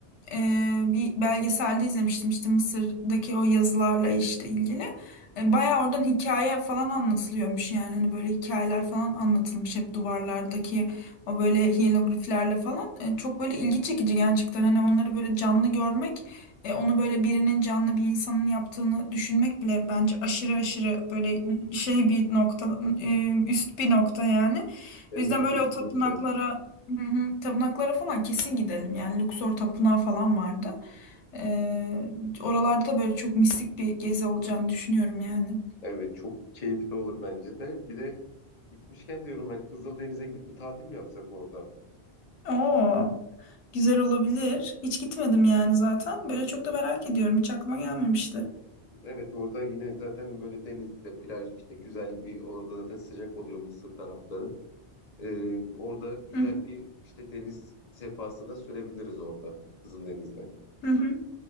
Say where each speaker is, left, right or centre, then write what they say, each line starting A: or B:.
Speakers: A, on the left (about 80°); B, on the left (about 50°).
A: ee, bir belgeselde izlemiştim işte Mısır'daki o yazılarla işte ilgili. Ee, bayağı oradan hikaye falan anlatılıyormuş yani hani böyle hikayeler falan anlatılmış hep duvarlardaki o böyle hiyelogliflerle falan. Ee, çok böyle ilgi çekici gerçekten hani onları böyle canlı görmek. E, onu böyle birinin canlı bir insanın yaptığını düşünmek bile bence aşırı aşırı böyle şey bir nokta e, üst bir nokta yani.
B: Değil
A: O yüzden
B: mi?
A: böyle
B: Kesinlikle.
A: o tapınaklara hı hı, tapınaklara falan kesin gidelim. Yani Luxor tapınağı falan vardı. E, oralarda da böyle çok mistik bir gezi olacağını düşünüyorum yani.
B: Evet çok keyifli olur bence de. Bir de gitmişken diyorum ben Kızıldeniz'e gidip bir tatil mi yapsak orada?
A: Oo, güzel olabilir. Hiç gitmedim yani zaten. Böyle çok da merak ediyorum. Hiç aklıma gelmemişti.
B: Evet orada yine zaten böyle denizde plaj işte güzel bir orada zaten sıcak oluyor Mısır tarafları. Ee, orada güzel
A: Hı hı.
B: bir işte deniz sefası da sürebiliriz orada Kızıldeniz'de.
A: hı hı.